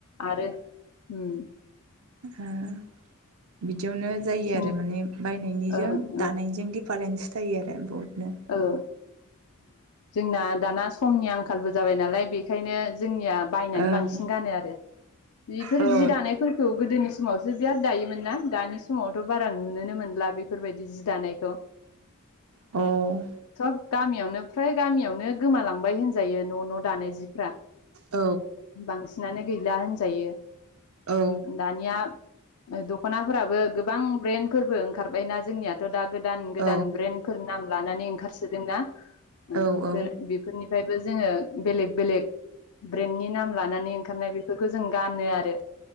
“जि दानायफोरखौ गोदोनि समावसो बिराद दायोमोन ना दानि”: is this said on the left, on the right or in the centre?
Left